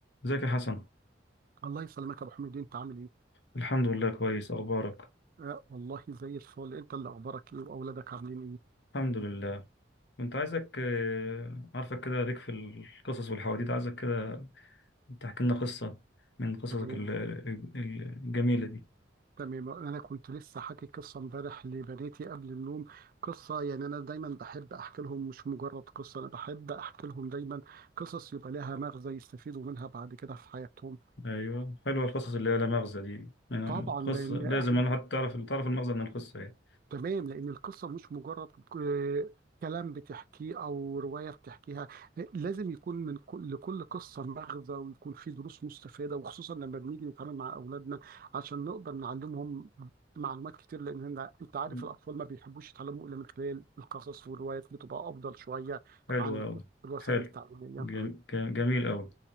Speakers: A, on the left (about 65°); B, on the right (about 50°).
A: ازيك يا حسن
B: الله يسلمك يا ابو حميد انت عامل ايه؟
A: الحمد لله كويس اخبارك
B: آه والله زي الفل انت اللي اخبارك ايه واولادك عاملين ايه؟
A: الحمد لله كنت عايزك آه، عارفك كده ليك في القصص والحواديت عايزك كده تحكي لنا قصة من قصصك
B: تمام
A: ال- ال- الجميلة دي
B: تمام انا كنت لسه حاكي قصه امبارح لبناتي قبل النوم قصه يعني انا دايما بحب احكي لهم مش مجرد قصه انا بحب احكي لهم دايما قصص يبقى لها مغزى يستفيدوا منها بعد كده في حياتهم
A: ايوه حلوة القصص اللي هي لا مغزى دي آه،
B: فطبعا
A: قصة
B: لان
A: لازم
B: احنا
A: انا حتى تعرف تعرف المغزى من القصة ايه
B: تمام لأن القصة مش مجرد ك- كلام بتحكيه أو رواية بتحكيها لازم يكون من كل لكل قصة مغزى ويكون فيه دروس مستفادة وخصوصا لما بنيجي نتعامل مع أولادنا عشان نقدر نعلمهم معلومات كتير لأن هن- أنت عارف
A: مم.
B: الأطفال ما بيحبوش يتعلموا إلا من خلال القصص والروايات بتبقى أفضل شوية
A: حلوة
B: عن
A: أوي
B: الوسائل
A: حلو
B: التعليمية
A: جم- جم- جميل أوي